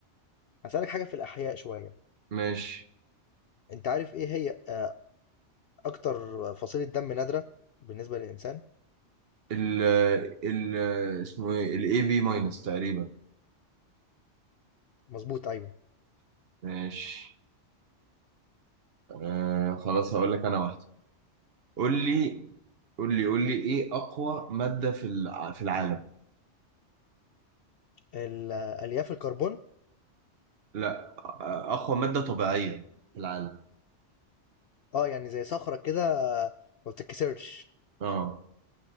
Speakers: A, on the left; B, on the right.
A: هسالك حاجه في الاحياء شويه
B: ماشي
A: انت عارف ايه هي آه اكتر فصيله دم نادره بالنسبه للانسان
B: ال ال اسمه ايه الاي بي ماينس تقريبا
A: مظبوط ايوه
B: ماشي أه خلاص هقول لك انا واحده قول لي قول لي قول لي ايه اقوى ماده في الع- في العالم
A: ال- آه، الياف الكربون
B: لا أقوى مادة طبيعية في العالم
A: اه يعني زي صخرة كده آه، ما بتتكسرش
B: اه